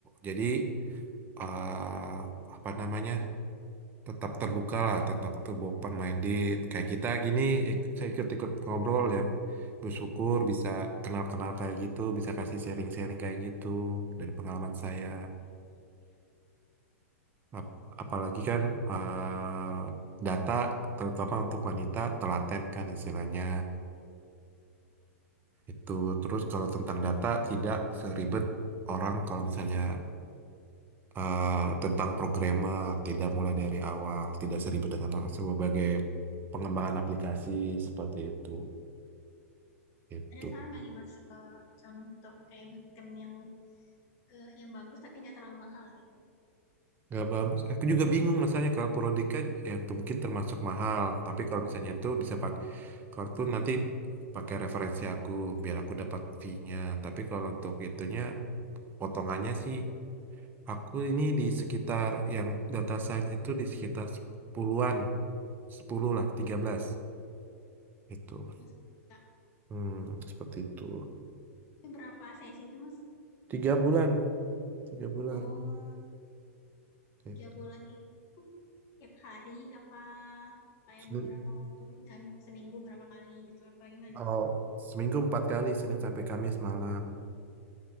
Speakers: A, on the right; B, on the left.
A: Jadi eh, apa namanya? tetap terbuka lah, tetap terbuka minded. Kayak kita gini, ik- saya ikut-ikut ngobrol ya. Bersyukur
B: Ya,
A: bisa kenal-kenal kayak gitu, bisa kasih sharing-sharing kayak gitu dari pengalaman saya.
B: perjalanan gitu ya.
A: Ap- apalagi kan eh, data, terutama untuk wanita, telaten kan istilahnya. Itu terus kalau tentang data tidak seribet orang kalau misalnya eh, tentang programmer, tidak mulai dari awal, tidak seribet dengan sebagai pengembangan aplikasi seperti itu. Itu
B: Ada saran nggak nih Mas eh, contoh kayak bootcamp yang eh, yang bagus tapi nggak terlalu mahal gitu.
A: nggak bagus. Aku juga bingung masalahnya kalau Prodika yang mungkin termasuk mahal, tapi kalau misalnya itu bisa pakai kalau itu nanti pakai referensi aku biar aku dapat fee-nya. Tapi kalau untuk itunya potongannya sih aku ini di sekitar yang data science itu di sekitar 10-an, 10 lah, tiga belas Itu.
B: Yang 10 juta.
A: Hmm, seperti itu.
B: Itu berapa sesi itu Mas?
A: Tiga bulan, tiga bulan.
B: Oh,
A: Gitu.
B: tiga bulan itu tiap hari apa kayak
A: Senin,
B: beberapa waktu dan seminggu berapa kali gitu apa gimana?
A: oh, seminggu empat kali, Senin sampai Kamis malam.